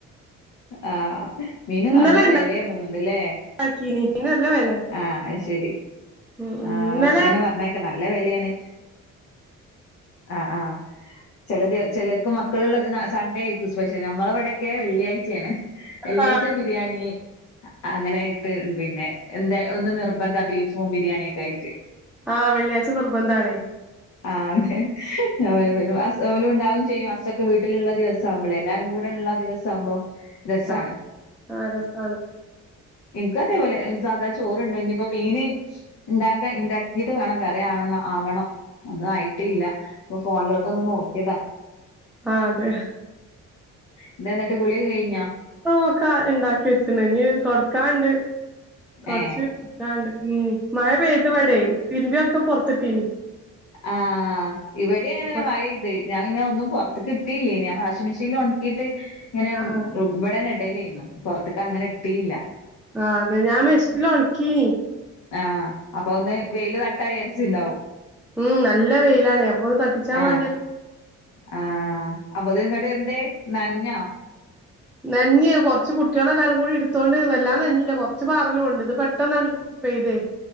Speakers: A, on the left; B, in the centre.
A: ആഹ് മീന്
B: ഇന്നലെ
A: നല്ല വില തോന്നുന്നുണ്ടല്ലേ
B: ഇണ്ടാക്കീന് മീന് നല്ല വെലെ
A: ആഹ് അത് ശരി
B: ഉം ഉം
A: ആഹ്
B: ഇന്നലെ
A: അസുഖനെ പറഞ്ഞ നല്ല വിലയാണ് ആ ആ ചല ചിലർക്കും മ മക്കളുള്ളത് സൺഡ ആരിക്കും സ്പെഷ്യൽ ഞമ്മള അവിടെയൊക്കെ വെള്ളിയാഴ്ചയാണ് വെള്ളിയാഴ്ച
B: ആ
A: ബിരിയാണി അങ്ങനെ പിന്നെ എന്താ ഒന്ന് നിർബന്ധ ബീഫും ബിരിയാണിയ ഒക്കെ ആയിട്ട്
B: ആഹ് വെള്ളിയാഴ്ച നിർബന്ധമാണേ
A: ആഹ് അതെ ഓലും ഉണ്ടാവും ചെയ്യും. അസൊക്കെ വീട്ടിലുള്ള ദിവസവും എല്ലാരും കൂടെ ഉള്ള ദിവസ ആകുമ്പം രസമാണ്
B: ആ ആ രസാണ്
A: എനക്ക് അതേപോലെ സാധാ ചോറണ്ടണ്ട് ഇനി ഇപ്പോ മീന് ഉണ്ടാക്ക ഉണ്ടാക്കിട്ട് വേണം കറി ആണോ ആവണോ ഒന്നും ആയിട്ട ഇല്ല ഇപ്പ ഫോണിലോട്ട് ഒന്ന് നോക്കിയതാ
B: ആഹ് അതെ
A: എന്താ എന്നിട്ട് ഗുളിക കഴിഞ്ഞോ
B: ഇ ഒക്കെ ഇണ്ടാക്കി വെച്ചി ഇഞ് തുടക്കാണ്ട് തുടച്ച്ണ്ട്
A: ഏ
B: ഉം മഴ പെയ്ത് ഇവടെ പിതിരുമ്പിയൊക്കെ പൊറത്തിട്ടീന്
A: ആഹ് ഇവിടെ അങ്ങനനെ
B: അപ്പൊ
A: മഴ ഇത ഞാൻ പിന്നെ ഒന്നും പുറത്ത് കിട്ടയില്ലേ ഞാ വാഷിംഗ് മെഷീനിൽ ഉണക്കിയിട്ട് ഇങ്ങനെ
B: ആ ആ
A: ഇവിടന്ന ഇടയിൽ ഇര്ന്ന് പുറത്ത്ക്കങ്ങനെ ഇട്ടില്ല
B: ആഹ് അതെ ഞാ മെശില ഉണക്കീന
A: ആഹ് അപ്പൊ ഒന്ന് വെയില് തട്ടായിചരിച്ചുണ്ടാവും
B: ഉം നല്ല വെയിലാണ് അപ്പൊ ഒന്ന് തട്ടിച്ചാൻ
A: ആഹ്
B: വേണ്ടിയ
A: ആഹ് അപ്പൊ അത നിങ്ങട്ട എന്തേ നഞ്ഞാ
B: നഞ്ഞി കുറച്ച് കുട്ടികളെ എല്ലാരും കൂടി ഇടുത്തോൊണ്ട് വല്ലാം നെഞ്ഞിയില്ല കൊറച്ച് പറാറലും കൊണ്ട് ഇത് പെട്ടെന്നാണ് പെയ്തെ